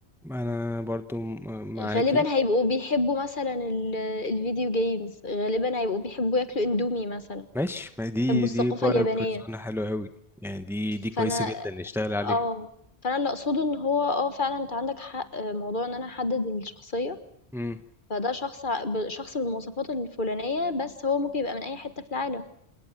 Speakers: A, in the centre; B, on the left (about 50°).
A: انا برضو م- معاكي
B: غالبًا هيبقوا بيحبّوا مثلًا ال الvideo games، غالبًا هيبقوا بيحبّوا ياكلوا إندومي مثلًا،
A: ماشي ما دي
B: بيحبّوا الثقافة
A: دي باير
B: اليابانية،
A: بريزونا حلوة قوي يعني دي دي كويسة
B: فأنا
A: جدا نشتغل عليها
B: آه، فأنا اللي أقصده إن هو آه فعلًا أنت عندك حق، آه، موضوع إن أنا أحدّد الشخصية،
A: امم
B: فده شخص ع ب شخص بالمواصفات الفلانية، بس هو ممكن يبقى من أي حتّة في العالم،